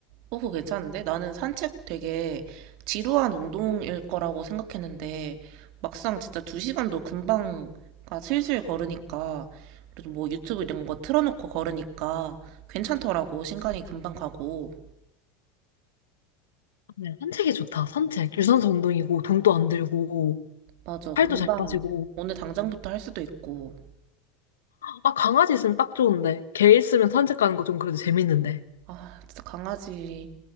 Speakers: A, on the right (about 60°); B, on the left (about 80°).
A: 어, 그거 괜찮은데? 나는 산책 되게 지루한 운동일 거라고 생각했는데, 막상 진짜 두 시간도 금방, 가 슬슬 걸으니까, 그래도 뭐 유튜브 이런 거 틀어놓고 걸으니까 괜찮더라고. 시간이 금방 가고.
B: 네, 산책이 좋다. 산책. 유산소 운동이고 돈도 안 들고
A: 맞아, 금방,
B: 살도 잘 빠지고
A: 오늘 당장부터 할 수도 있고.
B: 아, 강아지 있으면 딱 좋은데. 개 있으면 산책 가는 거 좀 그래도 재밌는데.
A: 아, 진짜 강아지,